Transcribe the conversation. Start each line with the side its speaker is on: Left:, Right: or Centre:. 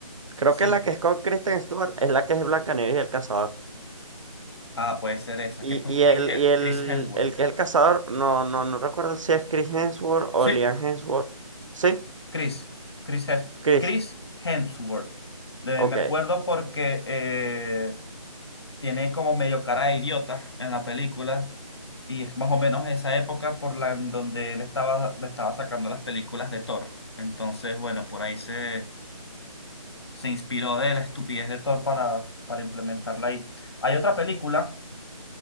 Right: Creo
Left: sí.
Right: que la que es con Kristen Stewart es la que es Blancanieves y el cazador.
Left: Ah, puede ser esa,
Right: Y,
Left: que es con
Right: y
Left: Chris,
Right: el,
Left: He-
Right: y el,
Left: Chris Hemsworth.
Right: el que es el cazador, no, no, no recuerdo si es Chris Hemsworth
Left: Sí,
Right: o Liam Hemsworth. ¿Sí?
Left: Chris. Chris, Hems-
Right: Chris.
Left: Chris Hemsworth. Eh,
Right: Ok.
Left: me acuerdo porque eh, tiene como medio cara de idiota en la película y es más o menos esa época por la en donde él estaba, le estaba sacando las películas de Thor. Entonces, bueno, por ahí se, se inspiró de la estupidez de Thor para, para implementarla ahí. Hay otra película